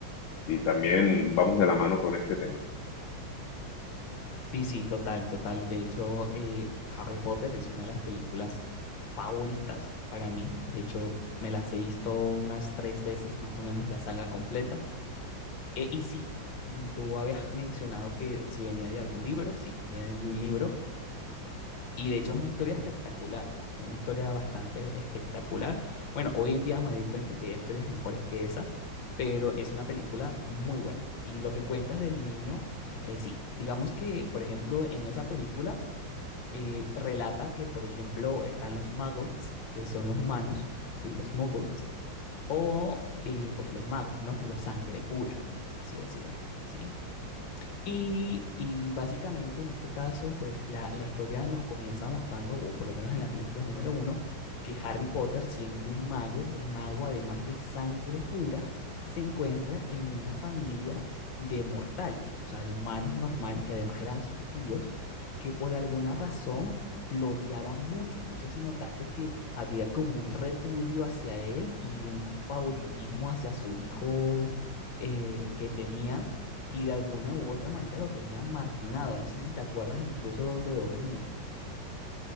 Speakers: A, on the left; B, on the left.
A: Sí, también vamos de la mano con este tema.
B: Sí, sí, total, total. De hecho, eh, Harry Potter es una de las películas favoritas para mí. De hecho, me las he visto unas tres veces más o menos la saga completa. Eh, y sí, mm, tú habías mencionado que si venía de algún libro, sí, viene de un libro. Y de hecho es una historia espectacular, una historia bastante espectacular. Bueno, hoy en día me doy cuenta que hay historias mejores que esa, pero es una película muy buena. Y lo que cuentas del niño, eh, sí, digamos que, por ejemplo, en esa película eh, relata que, por ejemplo, están los muggles, que son los humanos, ¿sí? Los muggles, o eh, pues los magos, ¿no? Los sangre pura, por así decirlo, ¿sí? Y, y básicamente en este caso, pues la, la historia nos comienza mostrando, o por lo menos en la película número uno, que Harry Potter, siendo un mago, un mago además de sangre pura, se encuentra en una familia de mortales, o sea, de humanos normales, que además eran sus tíos, que por alguna razón lo odiaban mucho. No sé si notaste que había como un repudio hacia él y un favoritismo hacia su hijo eh, que tenían y de alguna u otra manera lo tenían marginado. No sé si te acuerdas incluso dónde dormía.